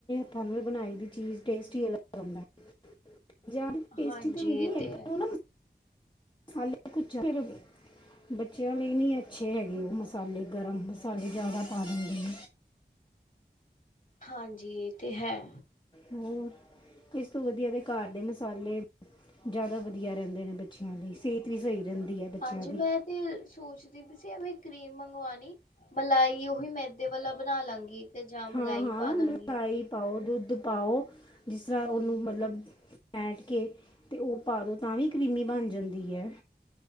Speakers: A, on the left (about 25°); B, on the left (about 50°).
A: ਘਰ ਵਿਚ ਬਣਾਈ ਦੀ ਚੀਜ਼ ਟੇਸਟ ਹੀ ਅਲੱਗ ਹੁੰਦਾ। ਬਜਾਰ ਦੀ ਟੇਸਟੀ
B: ਹਾਂਜੀ
A: ਤੇ ਹੁੰਦੀ
B: ਇਹ
A: ਏ ਪਰ
B: ਹੈ
A: ਉਹ ਨਾ ਮਸ ਮਸਾਲੇ ਕੁਛ ਜਿਆਦਾ <unintelligible> ਬੱਚਿਆਂ ਲਈ ਨੀ ਅੱਛੇ ਹੈਗੇ ਉਹ ਮਸਾਲੇ ਗਰਮ ਮਸਾਲੇ ਜ਼ਿਆਦਾ ਪਾ ਦਿੰਦੇ।
B: ਹਾਂਜੀ, ਤੇ ਹੈ
A: ਹੋਰ, ਇਸ ਤੋਂ ਵਧੀਆ ਦੇ ਘਰ ਦੇ ਮਸਾਲੇ ਜ਼ਿਆਦਾ ਵਧੀਆ ਰਹਿੰਦੇ ਨੇ ਬੱਚਿਆਂ ਲਈ ਸਿਹਤ ਵੀ ਸਹੀ ਰਹਿੰਦੀ। ਹੈ ਬੱਚਿਆਂ
B: ਹਾਂਜੀ
A: ਦੀ
B: ਮੈਂ ਤੇ ਸੋਚਦੀ ਵੀ, ਐਵੇਂ ਕਰੀਮ ਮੰਗਵਾਣੀ ਮਲਾਈ ਉਹੀ ਮੈਦੇ ਵਾਲਾ ਬਣਾ ਲਾਂਗੀ। ਤੇ ਜਾਂ ਮਲਾਈ
A: ਹਾਂ ਹਾਂ
B: ਪਾ ਦਾਂਗੀ।
A: ਮਲਾਈ ਪਾਓ ਦੁੱਧ ਪਾਓ ਜਿਸ ਤਰ੍ਹਾਂ
B: ਹੂੰ।
A: ਉਹਨੂੰ ਮਤਲਬ ਫੈਂਟ ਕੇ ਤੇ ਉਹ ਪਾ ਦੋ, ਤਾਂ ਵੀ ਕਰੀਮੀ ਬਣ ਜਾਂਦੀ ਹੈ